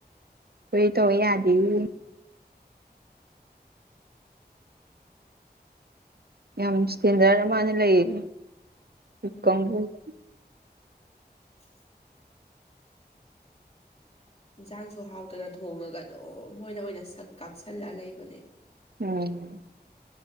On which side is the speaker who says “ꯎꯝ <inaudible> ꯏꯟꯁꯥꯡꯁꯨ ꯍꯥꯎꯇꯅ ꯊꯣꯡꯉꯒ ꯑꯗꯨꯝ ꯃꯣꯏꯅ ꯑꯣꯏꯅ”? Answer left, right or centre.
Left